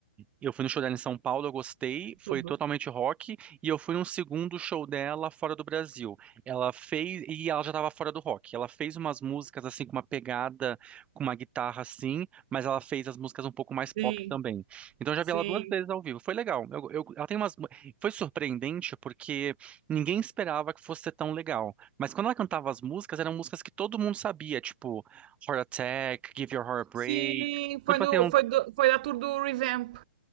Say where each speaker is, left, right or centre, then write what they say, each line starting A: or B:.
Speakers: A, on the right; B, on the right.
A: eu fui no show dela em São Paulo, eu gostei, foi
B: Tudo.
A: totalmente rock, e eu fui num segundo show dela fora do Brasil. Ela fez, e ela já estava fora do rock. Ela fez umas músicas assim com uma pegada, com uma guitarra assim, mas ela fez as músicas um pouco mais pop
B: Sim,
A: também. Então eu já
B: sim.
A: vi ela duas vezes ao vivo. Foi legal. Eu- eu- ela tem umas, foi surpreendente porque ninguém esperava que fosse ser tão legal. Mas quando ela cantava as músicas, eram músicas que todo mundo sabia, tipo Heart Attack, Give Your Heart a
B: Sim,
A: Break.
B: foi,
A: Então, tipo
B: no,
A: assim,
B: foi, do, foi da tour do Revamp.